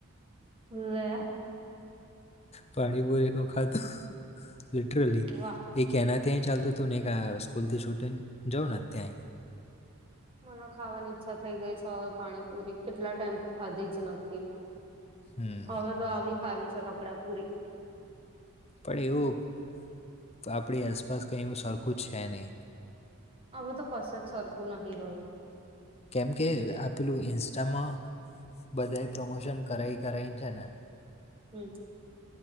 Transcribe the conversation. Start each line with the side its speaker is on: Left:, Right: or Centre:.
Right: ગઈ લે
Left: પાણીપુરી ન ખાધું. લિટરલી
Right: વાહ
Left: એ્યાંના ત્યાંય ચાલતું હતું ને એક સ્કૂલથી છૂટીને જાઉં ને ત્યાંય.
Right: મને ખાવાની ઈચ્છા થઈ ગઈ છે હવે પાણી પુરી કેટલા ટાઈમ થી ખાધી જ નથી મેં.
Left: હમ
Right: હવે તો આવી ખાવી છે ટકડા પૂરી.
Left: પણ એવું આપણી આસપાસ કઈ એવ સરખું છે નહી.
Right: હવે તો કશ જ સરખું નહી રહ્યું.
Left: કેમકે આપેલું ઇન્સ્ટામાં બધા પ્રમોશન કરાઈ કરાઈને છે ને.
Right: હમ્મ.